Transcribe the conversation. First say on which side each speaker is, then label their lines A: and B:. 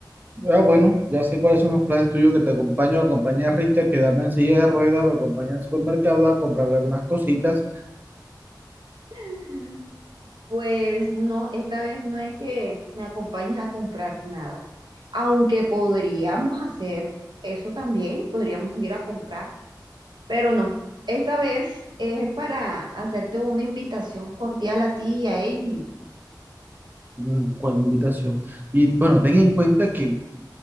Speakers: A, on the right; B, on the right.
A: Ah, bueno, ya sé cuáles son los planes tuyos que te acompaño. Acompaña a Richard que anda en silla de ruedas, lo acompaña al supermercado a comprar algunas cositas.
B: <laughs> Pues no, esta vez no es que me acompañes a comprar nada. aunque podríamos hacer eso también, podríamos ir a comprar, pero no. Esta vez es para hacerte una invitación cordial a ti y a Amy.
A: Mm, ¿Cuál invitación? Y bueno, ten en cuenta que